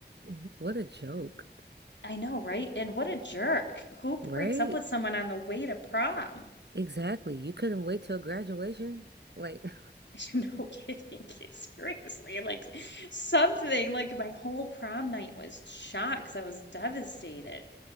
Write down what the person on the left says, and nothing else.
I know, right? And what a jerk. Who
breaks up with someone on the way to prom?
<laughs> No kidding. <laughs> Seriously, like something like my whole prom night was shot because I was devastated.